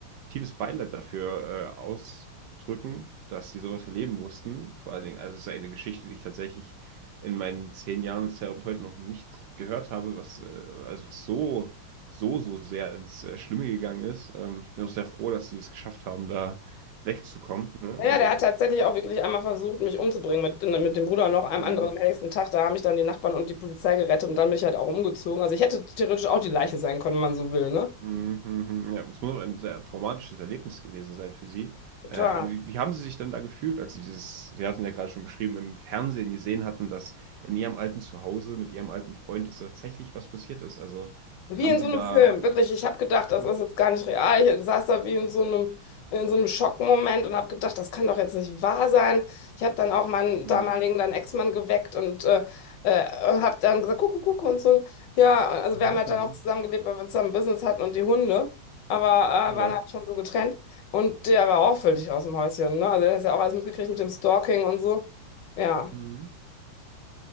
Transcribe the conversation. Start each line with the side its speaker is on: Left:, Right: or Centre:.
Right: tiefes Beileid dafür äh, ausdrücken, dass sie sowas erleben mussten. Vor allen Dingen, also es ist eine Geschichte, die ich tatsächlich in meinen zehn Jahren als Therapeut noch nicht gehört habe, was äh, also was so, so, so sehr ins äh, Schlimme gegangen ist. Ähm, ich bin auch sehr froh, dass sie es geschafft haben, da wegzukommen. Ne?
Left: Naja,
Right: Also,
Left: der hat tatsächlich auch wirklich einmal versucht, mich umzubringen mit, ne, mit dem Bruder und noch einem
Right: mh.
Left: anderen am nächsten Tag. Da haben mich dann die Nachbarn und die Polizei gerettet und dann bin ich halt auch umgezogen. Also ich hätte theoretisch auch die Leiche sein können, wenn man so will, ne?
Right: Mhm, mhm. Ja, es muss auch ein sehr traumatisches Erlebnis gewesen sein für Sie. Äh,
Left: Total.
Right: ha- wie, wie haben Sie sich denn da gefühlt, als Sie dieses, Sie hatten ja gerade schon beschrieben, im Fernsehen gesehen hatten, dass in Ihrem alten Zuhause mit Ihrem alten Freund, dass tatsächlich was passiert ist? Also
Left: Wie
Right: haben
Left: in so
Right: Sie
Left: einem
Right: da.
Left: Film, wirklich. Ich habe gedacht, das
Right: Hm,
Left: ist jetzt gar nicht real. Ich saß da wie in so einem, in so einem Schockmoment und habe gedacht, das kann doch jetzt nicht wahr sein. Ich habe dann auch meinen
Right: Mhm.
Left: damaligen dann Ex-Mann geweckt und äh, äh, habe dann gesagt, guck, guck, guck und so. Ja, also
Right: Mhm.
Left: wir haben halt
Right: Mhm.
Left: dann auch zusammengelebt, weil wir zusammen Business hatten und die Hunde, aber
Right: Ja.
Left: äh, waren halt schon so getrennt. Und der war auch völlig aus dem Häuschen, ne? Also der hat ja auch alles mitgekriegt mit dem Stalking und so. Ja.
Right: Mhm.